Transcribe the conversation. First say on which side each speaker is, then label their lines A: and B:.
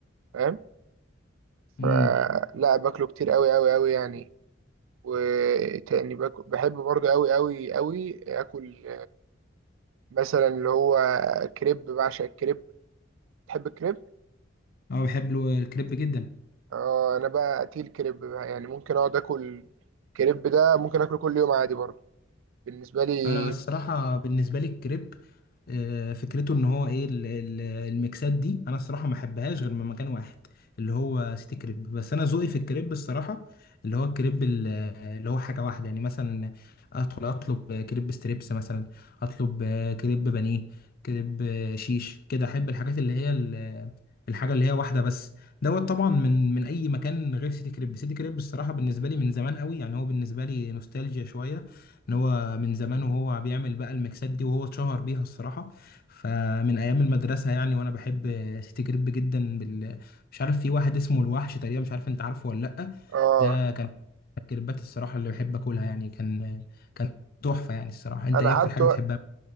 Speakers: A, on the right; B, on the left.
A: فاهم
B: امم
A: فلا باكله كتير أوي أوي أوي يعني وتاني باكل بحب برضو أوي أوي أوي آكل مثلا اللي هو كريب بعشق الكريب تحب الكريب
B: اه بحب له الكريب جدا
A: اه انا بقى قتيل كريب بقى يعني ممكن اقعد اكل كريب ده ممكن اكله كل يوم عادي برضه بالنسبه لي
B: انا الصراحه بالنسبه لي الكريب آه، فكرته ان هو ايه ال- ال- الميكسات دي انا الصراحه ما احبهاش غير من مكان واحد اللي هو سيتي كريب بس انا ذوقي في الكريب الصراحه اللي هو الكريب ال- اللي هو حاجه واحده يعني مثلا ادخل اطلب كريب ستريبس مثلا اطلب آه، كريب بانيه كريب آه، شيش كده احب الحاجات اللي هي ال- الحاجه اللي هي واحده بس دوت طبعا من من اي مكان غير سيتي كريب سيتي كريب الصراحه بالنسبه لي من زمان قوي يعني هو بالنسبه لي نوستالجيا شويه ان هو من زمان وهو بيعمل بقى الميكسات دي وهو اتشهر بيها الصراحة فمن ايام المدرسة يعني وانا بحب سيتي جريب جدا بال... مش عارف في واحد اسمه الوحش تقريبا مش عارف انت عارفه ولا لأ
A: اه
B: ده كان الكريبات الصراحة اللي بحب اكلها يعني كان كان تحفة يعني الصراحة انت
A: انا
B: ايه
A: قعدت
B: اكتر حاجة
A: وق-
B: بتحبها